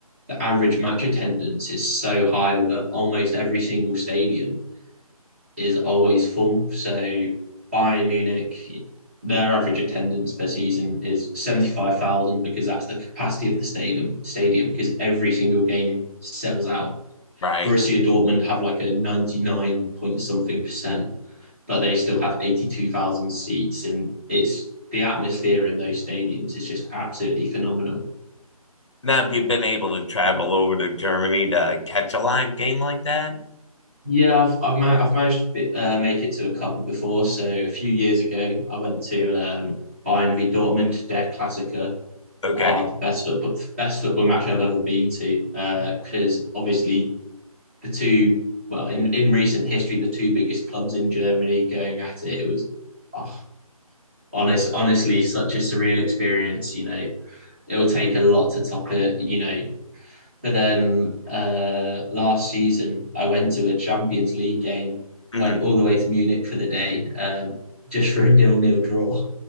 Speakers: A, on the right; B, on the left.
A: the average match attendance is so high that almost every single stadium is always full. So Bayern Munich, their average attendance per season is seventy five thousand because that's the capacity of the stadium. Stadium because every single game sells out
B: right?
A: Borussia Dortmund have like a 99 point something percent, but they still have 82,000 seats. And it's the atmosphere in those stadiums is just absolutely phenomenal.
B: Now, if you've been able to travel over to Germany to catch a live game like that,
A: Yeah, I've I've, ma- I've managed to uh, make it to a couple before. So a few years ago, I went to um, Bayern v Dortmund. Their Klassiker
B: okay.
A: are the best football best football match I've ever been to. Because uh, obviously the two well in, in recent history, the two biggest clubs in Germany going at it. It was oh, honest, honestly, such a surreal experience. You know, it'll take a lot to top it. You know, but then uh, last season I went to a Champions League game,
B: Mhm.
A: went all the way to Munich for the day, um, just for a nil-nil draw.